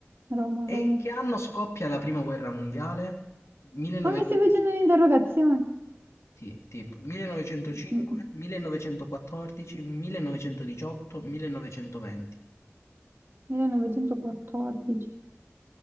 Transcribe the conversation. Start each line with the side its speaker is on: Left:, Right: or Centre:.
Right: Roma,
Left: E
Right: Roma.
Left: in che anno scoppia la prima guerra mondiale? 1905.
Right: Ma mi stai facendo un'interrogazione?
Left: Sì, tipo 1905,
Right: Mm,
Left: 1914, 1918, 1920.
Right: 1914.